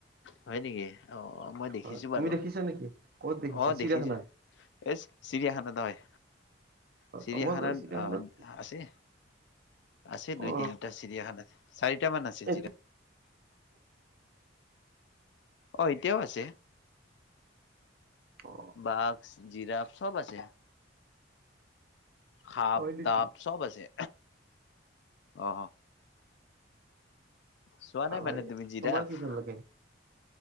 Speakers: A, on the left; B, on the right.
A: হয় নেকি অ', মই দেখিছো
B: হয়
A: বাৰু।
B: তুমি দেখিছা নেকি ক'ত দেখিছা
A: অ'
B: চিৰিয়াখানাত
A: দেখিছো এই চিৰিয়াখানাত, হয়। চিৰিয়াখানাত
B: অ মই চিৰিয়াখানাত
A: আ আছে। আছে দুই
B: অ
A: তিনিটা চিৰিয়াখানা চাৰিটা মান আছে।
B: এইটো
A: অ' এতিয়াও আছে।
B: অ
A: বাঘ, জিৰাফ চব আছে। সাপ
B: হয় নেকি
A: তাপ চব আছে অ। চোৱা
B: ভালে
A: নাই মানে তুমি জিৰাফ।
B: তোমাৰ কি ভাল লাগে